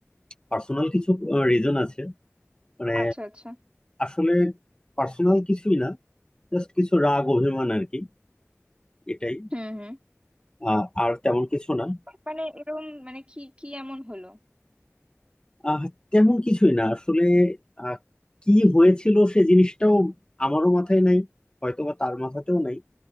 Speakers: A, on the left (about 20°); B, on the right (about 25°).
A: পার্সোনাল কিছু রিজন আছে মানে
B: আচ্ছা আচ্ছা
A: আসলে পার্সোনাল কিছুই না জাস্ট কিছু রাগ অভিমান আর কি এটাই
B: হুম হুম
A: আহ, আর তেমন কিছু না
B: মানে এরকম মানে কি কি এমন হলো
A: আহ, তেমন কিছুই না আসলে আহ, কি হয়েছিল সে জিনিসটাও আমারও মাথায় নাই হয়তো বা তার মাথাতেও নাই